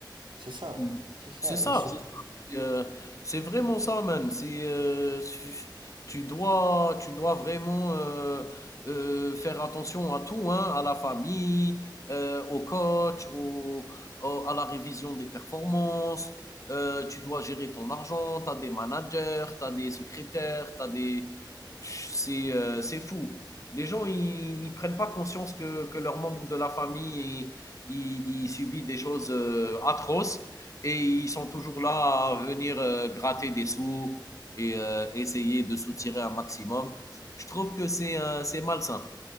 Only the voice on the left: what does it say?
Mmh.
C'est ça,
c'est ça. C'est, heu, c'est vraiment ça man C'est, heu, tu tu dois tu dois vraiment, heu heu, faire attention à tout, hein, à la famille, heu, au coach, au au à la révision des performances, heu, tu dois gérer ton argent, tu as des managers, tu as des secrétaires, tu as des c'est, heu, c'est fou. Les gens, ils ils prennent pas conscience que que leurs membres de la famille, ils ils ils subissent des choses, heu, atroces et ils sont toujours là à venir euh, gratter des sous et euh, essayer de soutirer un maximum. Je trouve que c'est un- c'est malsain.